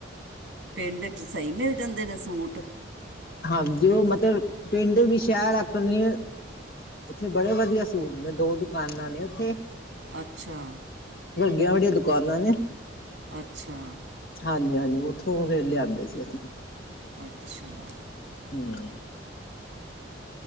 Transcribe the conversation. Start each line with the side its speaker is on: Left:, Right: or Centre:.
Right: ਪਿੰਡ ਚ। ਸਹੀ ਮਿਲ ਜਾਂਦੇ ਨੇ ਸੂਟ।
Left: ਹਾਂਜੀ ਉਹ ਮਤਲਬ ਪਿੰਡ ਵੀ ਸ਼ਹਿਰ ਵਾਕਣ ਏ ਉੱਥੇ ਬੜੇ ਵਧੀਆ ਸੂਟ ਨੇ ਦੋ ਦੁਕਾਨਾਂ ਨੇ ਉੱਥੇ।
Right: ਅੱਛਾ।
Left: ਵੱਡੀਆਂ-ਵੱਡੀਆਂ ਦੁਕਾਨਾਂ ਨੇ।
Right: ਅੱਛਾ।
Left: ਹਾਂਜੀ-ਹਾਂਜੀ ਉੱਥੋਂ ਫੇਰ ਲਿਆਉਂਦੇ ਸੀ ਅਸੀ।
Right: ਅੱਛਾ।
Left: ਹਮ।